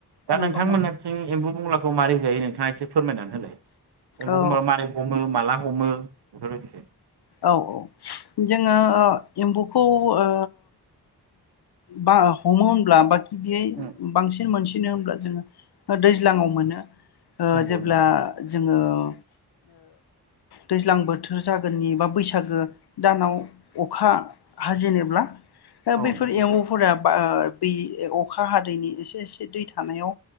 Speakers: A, on the right; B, on the left.
A: दा
B: नंगौ
A: नोंथांमोनहाथिं
B: नंगौ
A: एम्बु बंग्लाखौ खौ मारैजायो नोंथांङा एसे फोरमायनानै होलाय एम्फौखबा
B: औ
A: मारै हमो माला हमो बेफोरबायदिख
B: औ औ जोंङो ओ एम्बौखौ ओ बा हमनब्ला बा बियै
A: उम
B: बांसिन मोनसि नो होनब्ला जोंङो दैज्लांङाव मोनो ओ
A: नंगौ
B: जेब्ला
A: नंगौ
B: जोंङो ओ दैज्लां बोथोर जागोननिबा बैसागो दानाव अखा हाजेनोब्ला दा
A: औ
B: बैफोर
A: नोंथां औ
B: एम्बौफोरा बा दै अखा हादैनि एसे एसे दै थानायाव